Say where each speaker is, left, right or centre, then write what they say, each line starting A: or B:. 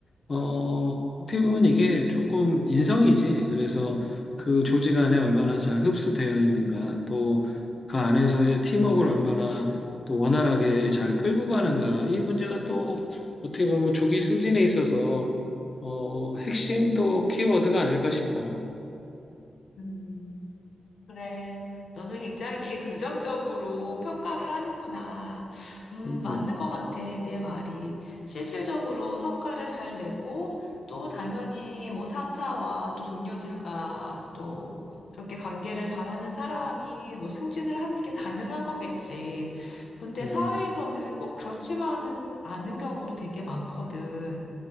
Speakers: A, on the left (about 40°); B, on the left (about 75°).
A: 어, 어떻게 보면 이게 조금 인성이지. 그래서 그 조직 안에 얼마나 잘 흡수되어 있는가, 또 그 안에서의 팀워크를 얼마나 또 원활하게 잘 끌고 가는가, 이 문제가 또 어떻게 보면 조기 승진에 있어서 어, 핵심 또 키워드가 아닐까 싶어.
B: 음. 그래. 너는 굉장히 긍정적으로 평가를 하는구나. 음,
A: 음,
B: 맞는 것 같아. 내 말이. 실질적으로 성과를 잘 내고, 또 당연히 뭐 상사와 또 동료들과 또 그렇게 관계를 잘하는 사람이 뭐 승진을 하는 게 당연한 거겠지. 근데
A: 음,
B: 사회에서는 꼭 그렇지만은 않은 경우도 되게 많거든.